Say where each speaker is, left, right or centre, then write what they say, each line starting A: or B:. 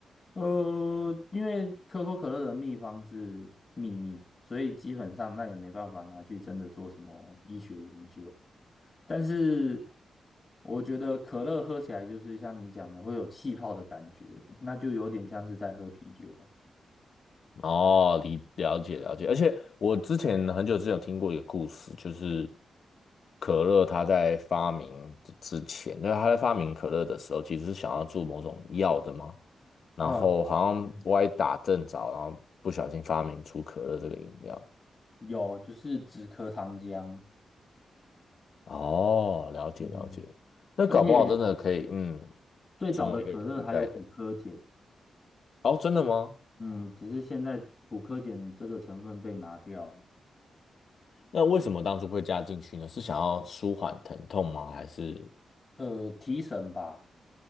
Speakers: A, on the left; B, on the left.
A: 呃，因为可口可乐的秘方是秘密，所以基本上那也没办法拿去真的做什么医学研究。但是我觉得可乐喝起来就是像你讲的会有气泡的感觉，那就有点像是在喝啤酒
B: 哦，理了解了解，而且我之前很久之前有听过一个故事，就是可乐它在发明之之前，那是它在发明可乐的时候，其实是想要做某种药的嘛，然后好像歪打正着，
A: 啊。嗯
B: 然后不小心发明出可乐这个饮料。
A: 有，就是止咳糖浆，
B: 哦，了解了解，
A: 嗯，
B: 那搞不好真的可以，
A: 而且
B: 嗯，
A: 最早的可乐还有骨科碱，
B: 成为一个替代的。哦，真的吗？
A: 嗯，只是现在骨科碱这个成分被拿掉了，
B: 那为什么当初会加进去呢？是想要舒缓疼痛吗？还是？
A: 呃，提神吧。